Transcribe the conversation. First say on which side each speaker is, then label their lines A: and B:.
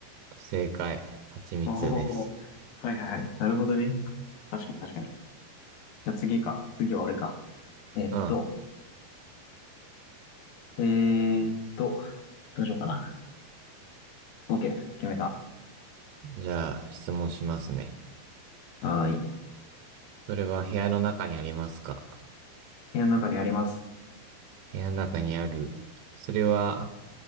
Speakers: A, on the right; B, on the left.
A: 正解。蜂蜜です。
B: おー。はいはいはい。なるほどね。確かに確かに。じゃあ次か。次は俺か。えっと、
A: うん。
B: えーっと、どうしようかな。OK。決めた。
A: じゃあ、質問しますね。
B: はーい。
A: それは部屋の中にありますか
B: 部屋の中にあります。
A: 部屋の中にある。それは